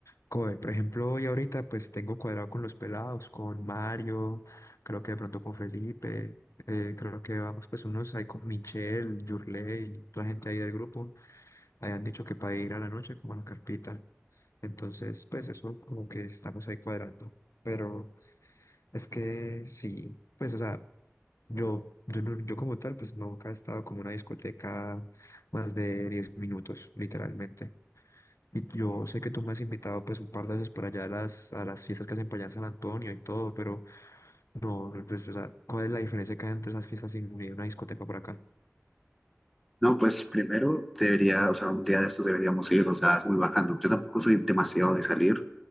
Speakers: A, on the left; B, in the centre.
A: como por ejemplo, hoy ahorita pues tengo cuadrado con los pelados, con Mario, creo que de pronto con Felipe, eh, creo que vamos pues unos ahí con Michelle, Yurley, otra gente ahí del grupo, hayan dicho que para ir a la noche como a la carpita. Entonces pues eso como que estamos ahí cuadrando. Pero es que sí, pues o sea... Yo, yo, no- yo como tal, pues nunca he estado como en una discoteca más de 10 minutos, literalmente. Y yo sé que tú me has invitado pues un par de veces por allá a las, a las fiestas que hacen por allá en San Antonio y todo, pero no, no, pues, o sea, ¿cuál es la diferencia que hay entre esas fiestas y y una discoteca por acá?
B: No, pues primero debería, o sea, un día de estos deberíamos ir, o sea, es muy bacano. Yo tampoco soy demasiado de salir,